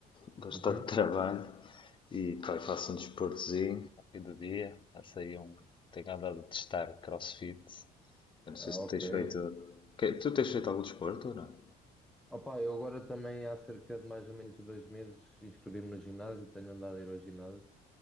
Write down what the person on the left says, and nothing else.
Bastante
<laughs> trabalho e pá, faço um desportozinho ao fim do dia. Faço aí um... Tenho andado a testar CrossFit. Eu não sei
se
tens
feito... Que- Tu tens feito algum desporto ou não?